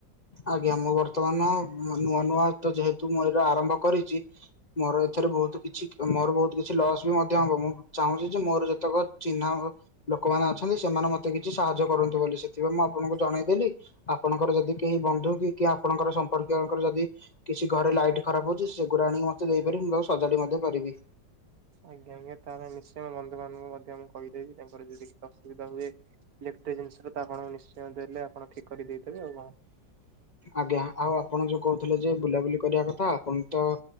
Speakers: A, on the left; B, on the right.
A: ଆଜ୍ଞା ମୁଁ ବର୍ତ୍ତମାନ ନୂଆ ନୂଆ ତ ଯେହେତୁ ମୁଁ ଏଟା ଆରମ୍ଭ କରିଚି ମୋର ଏଥେରେ ବହୁତୁ କିଛି ମୋର ବହୁତ୍ କିଛି କିଛି ଲସ୍ ବି ମଧ୍ୟ ହବ ମୁଁ ଚାହୁଁଚି ଯେ ମୋର ଯେତେକ ଚିହ୍ନା ଭ ଲୋକମାନେ ଅଛନ୍ତି ସେମାନେ ମତେ କିଛି ସାହାଯ୍ୟ କରନ୍ତୁ ବୋଲି ସେଥିପାଇଁ ମୁଁ ଆପଣଙ୍କୁ ଜଣେଇଦେଲି ଆପଣଙ୍କର ଯଦି କେହି ବନ୍ଧୁ କି କିଏ ଆପଣଙ୍କର ସମ୍ପର୍କୀୟଙ୍କର ଯଦି କିଛି ଘରେ ଲାଇଟ୍ ଖରାପ୍ ହଉଚି ସେଗୁରା ଆଣିକି ମତେ ଦେଇପାରିବେ ମୁଁ ତାକୁ ସଜାଡି ମଧ୍ୟ ପାରିବି।
B: ଆଜ୍ଞା ମୁଁ ତାହେଲେ ନିଶ୍ଚୟ ବନ୍ଧୁ ମାନଙ୍କୁ ମଧ୍ୟ ମୁଁ କହିଦେବି ତାଙ୍କ ଯଦି କିଛି ଅସୁବିଧା ହୁଏ ଇଲେକ୍ଟ୍ରିକ୍ ଜିନିଷରେ ତ ଆପଣଙ୍କୁ ନିଶ୍ଚୟ ଦେଲେ ଆପଣ ଠିକ୍ କରି ଦେଇଦେବେ ଆଉ କଣ।
A: ଆଜ୍ଞା ଆଉ ଆପଣ ଯଉ କହୁଥିଲେ ଯେ ବୁଲାବୁଲି କରିବା କଥା ଆପଣଙ୍କୁ ତ